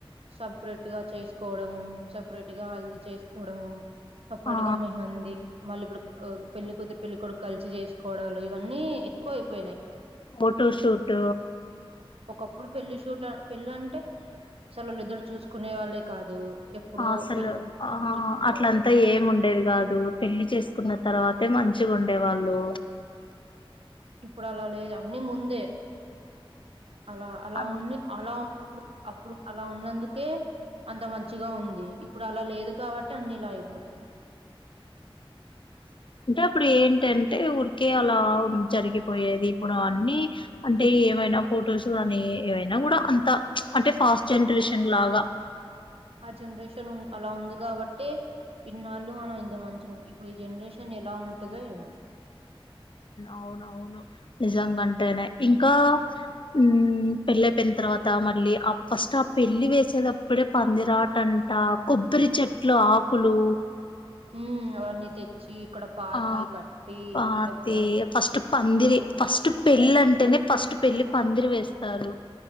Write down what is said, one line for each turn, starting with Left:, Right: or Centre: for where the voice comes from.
Right: సపరెట్ గా చేసుకోవడము సపరేట్ గా హల్దీ చేసుకోవడము అప్పుడిక
Left: ఆ
Right: మెహందీ మళ్ళీ ఇప్పుడు పెళ్లి కూతురు పెళ్లి కొడుకు కలిసి చేసుకొ కోడలు ఇవన్నీ ఎక్కువ అయిపోయినాయి
Left: ఫోటోషూట్
Right: ఒకప్పుడు పెళ్ళి షూట్ పెళ్ళి అంటే అసలు వాళ్ళిద్దరు చూసుకునే వాళ్ళే కాదు ఎప్పుడో
Left: అసలు
Right: పెళ్ళిలో
Left: ఆ
Right: చూసుకునే
Left: అట్లంతా
Right: వాళ్లు
Left: ఏమి ఉండేది కాదు పెళ్లి చేసుకున్న తర్వాత అయితే మంచిగా ఉండే వాళ్ళు
Right: ఇప్పుడు అలా లేదు అన్ని ముందే అలా అలా
Left: అ
Right: ఉన్న అలా ఉన్నప్పుడు అప్పుడు అలా ఉన్నందుకే అంత మంచిగా ఉంది ఇప్పుడు అలా లేదు కాబట్టి అన్ని ఇలా అయిపోతున్నాయి
Left: అంటే అప్పుడు ఏంటంటే ఊరు కే అలా జరిగిపోయేది ఇప్పుడు అ అన్నీ అంటే ఏమైనా ఫొటోస్ కానీ ఏవైనా కూడా అంతా అంటే ఫాస్ట్ జనరేషన్ లాగా
Right: ఆ జనరేషన్ అలా ఉంది కాబట్టి ఇన్నాళ్ళు మనం ఇంత మంచుకు ఇప్పుడు ఈ జనరేషన్ ఎలా ఉంటందో ఏమో
Left: అవునవును నిజంగాంటేనే ఇంకా ఉ పెళ్ళయిపోయిన తర్వాత మళ్ళీ ఆ ఫస్ట్ ఆ పెళ్లి వేసేటప్పుడే పందిరాటంట కొబ్బరి చెట్లు ఆకులు
Right: హమ్ అవన్నీ తెచ్చి ఇక్కడ పాతి
Left: ఆ
Right: కట్టి మళ్ళ
Left: అతి
Right: దానికి
Left: ఫస్ట్ పందిరి
Right: పూలంట
Left: ఫస్ట్ పెళ్ళి అంటేనే ఫస్ట్ పెళ్ళి పందిరి వేస్తారు